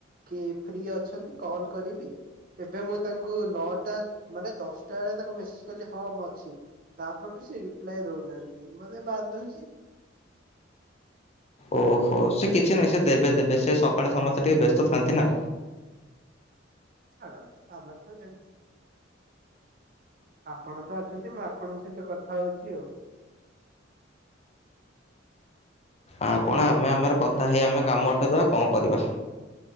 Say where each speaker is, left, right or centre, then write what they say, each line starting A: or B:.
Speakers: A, on the right (about 50°); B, on the left (about 35°).
A: କି ଫ୍ରି ଅଛନ୍ତି କଲ କରିବି? ଏବେ ମୁଁ ତାଙ୍କୁ ନଅଟା ମାନେ ଦଶଟା ବେଳେ ତାକୁ ମେସେଜ କଲି ହଁ ମୁଁ ଅଛି। ତା ପରଠୁ ସେ ରିପ୍ଲାଏ ଦଉନାହାନ୍ତି ମତେ ବାଧୁଚି।
B: ଓହୋ ସେ କିଛି ନାହିଁ ସେ ଦେବେ ଦେବେ ସେ ସକାଳେ ସମସ୍ତେ ଟିକେ ବ୍ୟସ୍ତ ଥାନ୍ତି ନା।
A: ଛାଡନ୍ତୁ ଆମର କଣ ଯାଉଚି। ଆପଣ ତ ଅଛନ୍ତି ମୁଁ ଆପଣଙ୍କ ସହିତ କଥା ହଉଚି ଆଉ।
B: ଆପଣ ଆମେ ଆମର
A: ଆପଣ
B: କଥା ହେଇ ଆମେ କାମ ଉଠେଇଦେବା କଣ କରିବା।